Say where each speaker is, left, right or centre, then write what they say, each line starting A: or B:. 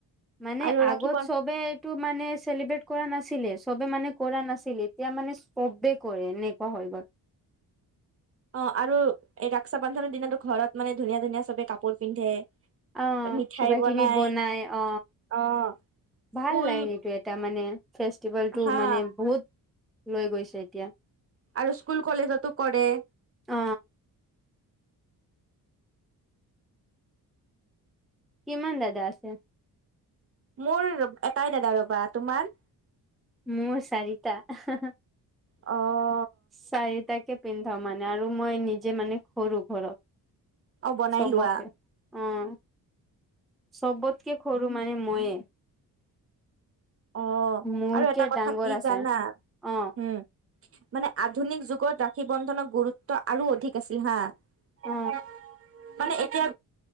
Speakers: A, in the centre; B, on the right.
A: মানে
B: আৰু ৰাখি
A: আগত
B: বন
A: চবে টো মানে চেলিব্ৰেট কৰা নাছিলে, চবে মানে কৰা নাছিলে। এতিয়া মানে চবে কৰে এনেকুৱা হৈ গ'ল।
B: অ', আৰু এই ৰকচা বন্ধনৰ দিনাতো ঘৰত মানে ধুনীয়া ধুনীয়া চবে কাপ কাপোৰ পিন্ধে ত'
A: অ
B: মিঠাই
A: কিবা
B: বনাই,
A: কিবি অ
B: অ'। স্কুল
A: ভাল লাগে এইটো এটা মানে, ফেষ্টিভেল টো
B: হা
A: মানে বহুত। লৈ গৈছে এতিয়া।
B: আৰু স্কুল কলেজতো কৰে।
A: অ কিমান দাদা আছে?
B: মোৰ এটাই দাদাই ৰ'বা। তোমাৰ?
A: মোৰ চাৰিটা। <unintelligible>
B: অ'।
A: চাৰিটাকে পিন্ধাও মানে আৰু মই নিজে মানে সৰু ঘৰত।
B: অ', বনাই
A: চবকে।
B: লোৱা
A: অ', চবতকে সৰু মানে ময়ে।
B: অ
A: মোৰকে
B: আৰু এটা কথা
A: ডাঙৰ
B: কি
A: আছে
B: জানা?
A: অ
B: হম। মানে আধুনিক যুগত ৰাশি বন্ধনৰ গুৰুত্ব আৰু অধিক আছিল হা। <unintelligible>
A: অ
B: মানে এতিয়া,